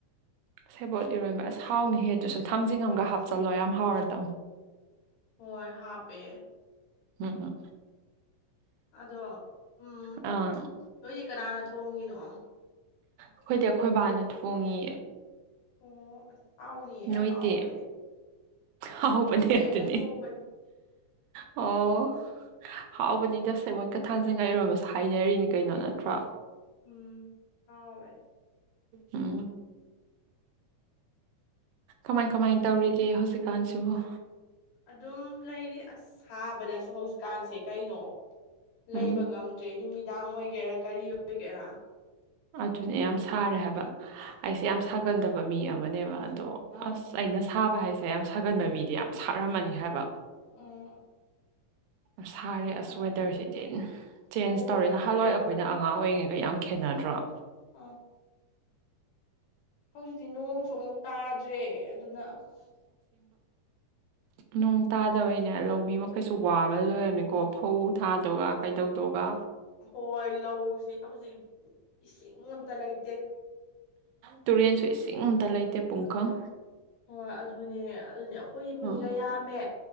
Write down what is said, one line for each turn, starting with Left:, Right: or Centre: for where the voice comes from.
Right: ꯁꯦꯕꯣꯠ ꯏꯔꯣꯟꯕ ꯑꯁ ꯍꯥꯎꯅꯤ ꯍꯦꯗꯨꯁꯨ ꯊꯥꯡꯖꯤꯡꯉꯝꯒ ꯍꯥꯞꯆꯜꯂꯣ ꯌꯥꯝ ꯍꯥꯎꯔꯗꯧ
Left: ꯍꯣꯏ ꯍꯥꯞꯄꯦ
Right: ꯎꯝ ꯎꯝ
Left: ꯑꯗꯣ ꯎꯝ
Right: ꯑꯥ
Left: ꯅꯣꯏꯗꯤ ꯀꯅꯥꯅ ꯊꯣꯡꯉꯤꯅꯣ꯫
Right: ꯑꯈꯣꯏꯗꯤ ꯑꯈꯣꯏꯕꯥꯅ ꯊꯣꯡꯉꯦ꯫
Left: ꯑꯣ ꯑꯁ ꯍꯥꯎꯅꯤꯌꯦ
Right: ꯅꯣꯏꯗꯤ
Left: ꯑꯍꯥꯎꯕꯅꯦ
Right: ꯍꯥꯎꯕꯅꯦ
Left: ꯑꯈꯣꯏꯗꯤ
Right: ꯑꯗꯨꯅꯤ
Left: ꯑꯩꯅ ꯊꯣꯡꯕꯅꯦ꯫
Right: ꯑꯣ ꯍꯥꯎꯕꯅꯤꯗ ꯁꯦꯕꯣꯠꯀꯥ ꯊꯥꯡꯁꯤꯡꯒ ꯏꯔꯣꯟꯕꯁꯨ ꯍꯥꯏꯅꯔꯤꯅꯤ ꯀꯩꯅꯣ ꯅꯠꯇ꯭ꯔꯥ꯫
Left: ꯎꯝ ꯍꯥꯎꯋꯦ
Right: ꯎꯝ ꯀꯃꯥꯏ ꯀꯃꯥꯏ ꯇꯧꯔꯤꯒꯦ ꯍꯧꯖꯤꯛꯀꯥꯟꯁꯤꯕꯣ꯫
Left: ꯑꯗꯨꯝ ꯂꯩꯔꯤ ꯑꯁ ꯁꯥꯕꯗꯁꯨ ꯍꯧꯖꯤꯛꯀꯥꯟꯁꯦ ꯀꯩꯅꯣ꯫ ꯂꯩꯕ
Right: ꯎꯝ
Left: ꯉꯝꯗ꯭ꯔꯦ ꯅꯨꯃꯤꯗꯥꯡ ꯑꯣꯏꯒꯦꯔꯥ ꯀꯔꯤ ꯑꯣꯏꯒꯦꯔꯥ꯫
Right: ꯑꯗꯨꯅꯦ ꯌꯥꯝ ꯁꯥꯔꯦ ꯍꯥꯏꯕ ꯑꯩꯁꯦ ꯌꯥꯝ ꯁꯥꯒꯟꯗꯕ ꯃꯤ ꯑꯃꯅꯦꯕ ꯑꯗꯣ
Left: ꯎꯝ
Right: ꯑꯁ ꯑꯩꯅ ꯁꯥꯕ ꯍꯥꯏꯁꯦ ꯌꯥꯝ ꯁꯥꯒꯟꯕ ꯃꯤꯗꯤ ꯌꯥꯝ ꯁꯥꯔꯝꯃꯅꯤ ꯍꯥꯏꯕ꯫
Left: ꯎꯝ
Right: ꯑ ꯁꯥꯔꯦ
Left: ꯁꯥꯏ
Right: ꯑꯁ ꯋꯦꯗꯔꯁꯤꯗꯤ
Left: ꯌꯥꯝꯅ
Right: ꯆꯦꯟꯖ
Left: ꯅꯣꯡꯁꯨ
Right: ꯇꯧꯔꯦ
Left: ꯇꯥꯗ꯭ꯔꯦꯗꯅ
Right: ꯅꯍꯜꯋꯥꯏ ꯑꯩꯈꯣꯏꯅ ꯑ ꯑꯉꯥꯡ ꯑꯣꯏꯔꯤꯉꯩꯒ ꯌꯥꯝ ꯈꯦꯠꯅꯗ꯭ꯔꯣ꯫
Left: ꯑꯪ ꯍꯧꯖꯤꯛꯇꯤ ꯅꯣꯡꯁꯨ ꯑꯃꯨꯛ ꯇꯥꯗ꯭ꯔꯦ ꯑꯗꯨꯅ ꯑꯁ
Right: ꯅꯣꯡ ꯇꯥꯗꯕꯩꯅꯦ ꯂꯧꯃꯤ ꯃꯈꯩꯁꯨ ꯋꯥꯕ ꯂꯣꯏꯔꯝꯅꯤꯀꯣ ꯐꯧ ꯊꯥꯗꯒ ꯀꯩꯗꯧꯗꯒ
Left: ꯍꯣꯏ ꯂꯧꯁꯤ ꯍꯧꯖꯤꯛ ꯏꯁꯤꯡ ꯑꯝꯇ ꯂꯩꯇꯦ꯫
Right: ꯇꯨꯔꯦꯟꯁꯨ ꯏꯁꯤꯡ ꯑꯇ ꯂꯩꯇꯦ ꯄꯨꯡꯀꯪ꯫
Left: ꯍꯣꯏ ꯑꯗꯨꯅꯦ ꯑꯗꯨꯅꯦ ꯑꯈꯣꯏ ꯃꯤꯒ
Right: ꯎꯝ
Left: ꯌꯥꯝꯃꯦ